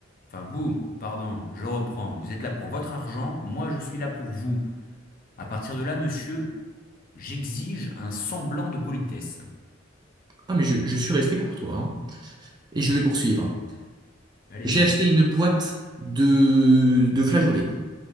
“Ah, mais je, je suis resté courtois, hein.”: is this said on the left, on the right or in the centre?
Right